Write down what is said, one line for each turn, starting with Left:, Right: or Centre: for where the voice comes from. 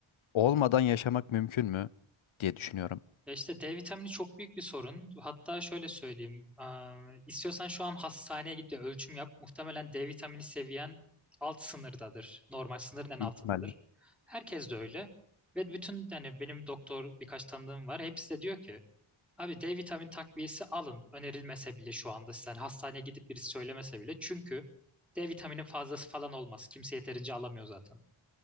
Left: olmadan yaşamak mümkün mü diye düşünüyorum.
Centre: Ya işte D vitamini çok büyük bir sorun. Hatta şöyle söyleyeyim. eee, istiyorsan şu an hastaneye git ve ölçüm yap. Muhtemelen D vitamini seviyen alt sınırdadır. Normal sınırın en altındadır.
Left: Büyük ihtimalle.
Centre: Herkes de öyle. Ve bütün yani benim doktor birkaç tanıdığım var. Hepsi de diyor ki abi D vitamini takviyesi alın. Önerilmese bile şu anda sen hastaneye gidip birisi söylemese bile. Çünkü D vitamini fazlası falan olmaz. Kimse yeterince alamıyor zaten.